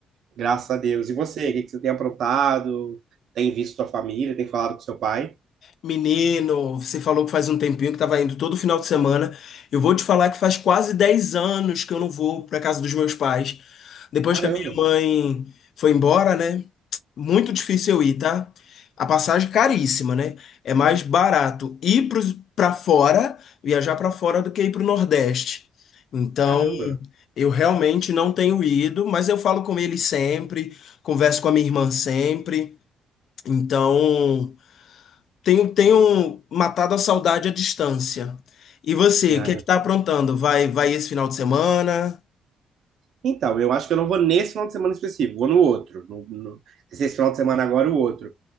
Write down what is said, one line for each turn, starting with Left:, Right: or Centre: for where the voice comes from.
Right: graças a Deus. E você, o que que você tem aprontado? Tem visto sua família? Tem falado com seu pai?
Left: Menino, você falou que faz um tempinho que tava indo todo final de semana. Eu vou te falar que faz quase 10 anos que eu não vou pra casa dos meus pais. Depois
Right: Caramba,
Left: que a minha mãe foi embora, né? Muito difícil eu ir, tá? A passagem caríssima, né? É mais barato ir pros- pra fora, viajar pra fora do que ir pro Nordeste. Então,
Right: caramba.
Left: Eu realmente não tenho ido, mas eu falo com ele sempre, converso com a minha irmã sempre. Então, tenho, tenho matado a saudade à distância. E você,
Right: Ah,
Left: o que
Right: eu-
Left: é que tá aprontando? Vai, vai esse final de semana?
Right: Então, eu acho que eu não vou nesse final de semana específico, vou no outro. No, no... Esse final de semana agora, o outro.